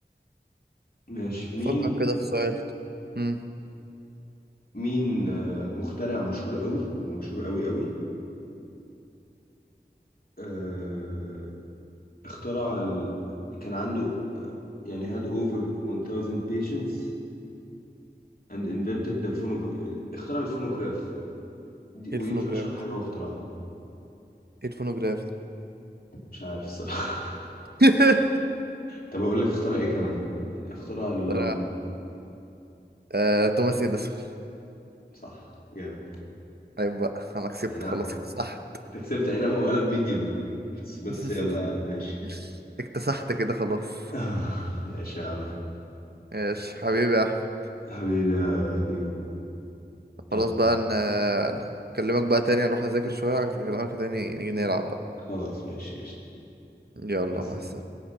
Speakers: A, on the left (about 55°); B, on the right (about 65°).
A: ماشي مين
B: فكر كده في سؤال مم.
A: مين آه، مخترع مشهور قوي هو مشهور قوي قوي آه، اخترع ال... كان عنده آه، يعني had over 1000 patients and invented the phonog... اخترع الفونوجراف دي... ودي
B: ايه الفونوجراف
A: مش اشهر حاجة هو اخترعها
B: ايه الفونوجراف ده
A: مش عارف الصراحة <laughs>
B: <laughs>
A: طب اقول لك اخترع ايه كمان اخترع اللمبة
B: ترى آه، توماس اديسون
A: صح جامد
B: طيب بقى انا كسبت
A: اي نعم
B: خلاص اكتسحت
A: أنت كسبت اي نعم هو قلب ميديوم بس بس
B: <laughs>
A: يلا يا عم ماشي
B: اكتسحت كده خلاص
A: <sighs> آه، ماشي يا عم
B: ماشي حبيبي يا احمد
A: حبيبي يا كيرو يلا
B: خلاص بقى ن- نكلمك بقى تاني نروح اذاكر شوية اكلمك تاني نيجي نلعب بقى
A: خلاص ماشي قشطة
B: يلا
A: بس
B: مع السلامة